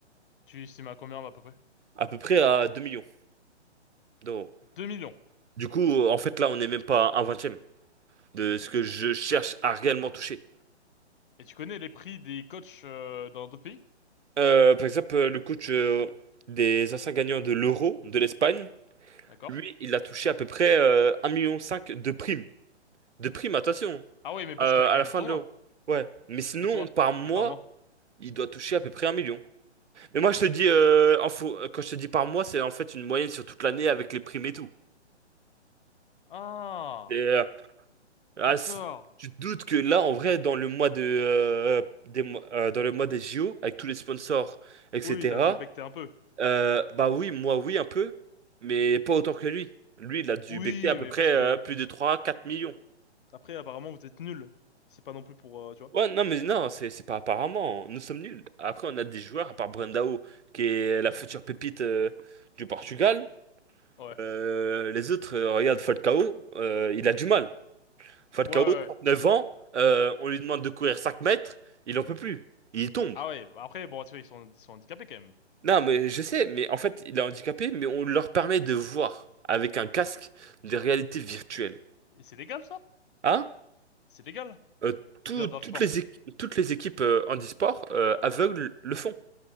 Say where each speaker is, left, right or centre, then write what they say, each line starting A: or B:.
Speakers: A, on the left; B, on the right.
A: Tu estimes à combien à peu près?
B: à peu près à 2 millions d'euros.
A: 2 millions.
B: Du coup, euh, en fait, là, on n'est même pas à un vingtième de ce que je cherche à réellement toucher.
A: Et tu connais les prix des coachs euh, dans d'autres pays?
B: Euh, par exemple, euh, le coach euh, des anciens gagnants de l'Euro de l'Espagne,
A: D'accord.
B: lui, il a touché à peu près 1,5 million de primes. De primes, attention.
A: Ah oui, mais parce
B: Euh,
A: qu'elle a
B: à
A: gagné
B: la fin
A: le tournoi.
B: de l'eau. Ouais. Mais sinon,
A: Mais toi,
B: par mois,
A: mais pas moi.
B: il doit toucher à peu près un million. Mais moi, je te dis, euh, en faux- quand je te dis par mois, c'est en fait une moyenne sur toute l'année avec les primes et tout.
A: Ah,
B: Et, euh, ah,
A: d'accord.
B: c'est- tu te doutes que là, en vrai, dans le mois de, euh, des, mois- euh, dans le mois des JO, avec tous les sponsors, etc.,
A: Oui, t'as dû becter un peu.
B: euh, bah oui, moi, oui, un peu, mais pas autant que lui. Lui, il a dû
A: Oui,
B: becquer à peu
A: mais
B: près
A: parce
B: euh,
A: que
B: plus de trois quatre millions.
A: après, apparemment, vous êtes nuls. C'est pas non plus pour, euh, tu vois.
B: Ouais, non, mais non, c'est c'est pas apparemment. hein. Nous sommes nuls. Après, on a des joueurs, à part Brandao, qui est la future pépite euh, du Portugal.
A: Ouais.
B: Euh, les autres, euh, regarde Falcao, euh, il a du mal. Falcao,
A: Ouais, ouais.
B: 39
A: ouais.
B: ans, euh, on lui demande de courir 5 mètres, il en peut plus. Il tombe.
A: Ah ouais. bah Après, bon, tu vois, ils sont, ils sont handicapés quand même.
B: Non, mais je sais, mais en fait, il est handicapé, mais on leur permet de voir avec un casque des réalités virtuelles.
A: Et c'est légal ça?
B: Hein?
A: C'est légal?
B: Euh, tout-
A: Je veux dire, dans
B: toutes
A: le sport.
B: les équi- toutes les équipes euh, handisport euh, aveugles le font.